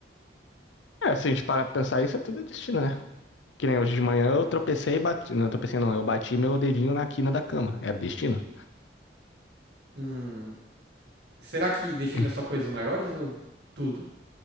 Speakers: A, on the left; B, on the right.
A: É, se a gente parar pra pensar isso, é tudo destino, né? Que nem hoje de manhã eu tropecei e bati. Não, tropecei não, eu bati meu dedinho na quina da cama. Era destino?
B: Hum, será que destino
A: Hum.
B: é só coisas maiores ou tudo?